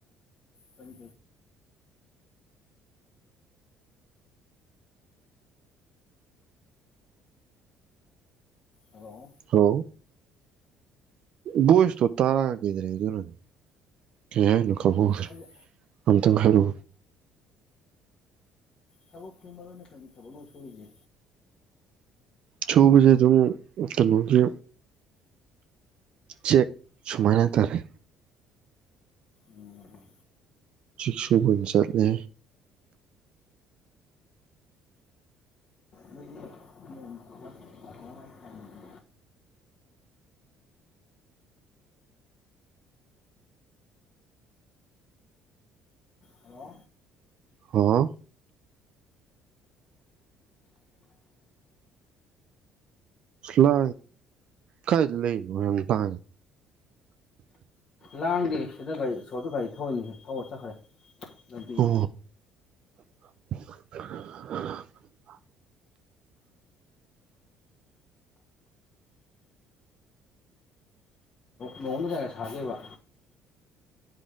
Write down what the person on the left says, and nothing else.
ꯀꯔꯤ ꯀ ꯍꯂꯣ
ꯑꯩ
ꯊꯕꯛꯀꯤ ꯃꯔ ꯅꯠꯇꯪꯒꯤ ꯊꯕꯛ ꯂꯣ ꯁꯣꯏꯁꯦ
ꯎꯝ
ꯅꯣꯏꯒꯤ ꯅꯣꯡ ꯀꯃꯥꯏ ꯀꯪꯉꯤꯒꯦ ꯍꯜꯂꯣ
ꯂꯥꯡꯒꯦ ꯁꯤꯗ ꯒꯥꯔꯤ ꯁꯣꯗ ꯒꯥꯔꯤ ꯊꯧꯏꯅꯤ ꯊꯧꯔ ꯆꯠꯈ꯭ꯔꯦ ꯑꯗꯨꯕꯤ
ꯅꯣꯡꯃꯗ ꯀꯒ ꯁꯥꯒꯦꯕ